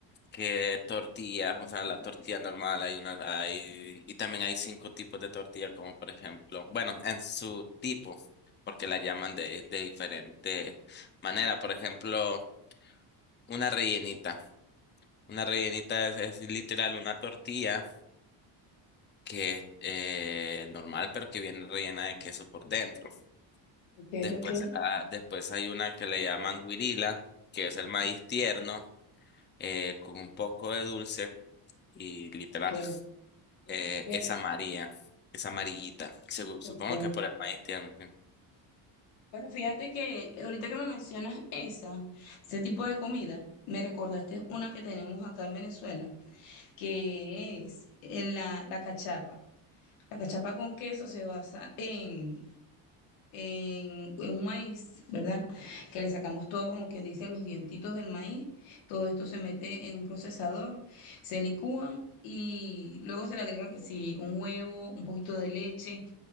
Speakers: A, on the left (about 20°); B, on the left (about 80°).
A: que tortilla, o sea, la tortilla normal, hay una, hay, y también hay cinco tipos de tortilla, como por ejemplo, bueno, en su tipo, porque la llaman de, de diferente manera, por ejemplo, una rellenita. Una rellenita es, es literal una tortilla que es eh, normal, pero que viene rellena de queso por dentro.
B: Ok,
A: Después,
B: ok,
A: ah, después hay una que le llaman guirila, que es el maíz tierno eh, con un poco de dulce y literal
B: ok.
A: <laughs> eh,
B: Fíjate,
A: es amarilla, es amarillita. Segu- supongo
B: ok.
A: que por el maíz tierno. sí.
B: Bueno, fíjate que ahorita que me mencionas esa, ese tipo de comida, me recordaste una que tenemos acá en Venezuela. que es en la, la cachapa. La cachapa con queso se basa en, en, en un maíz, ¿verdad? Que le sacamos todo, como quien dice, los dientitos del maíz. Todo esto se mete en un procesador, se licúan y luego se le agrega que sí, un huevo, un poquito de leche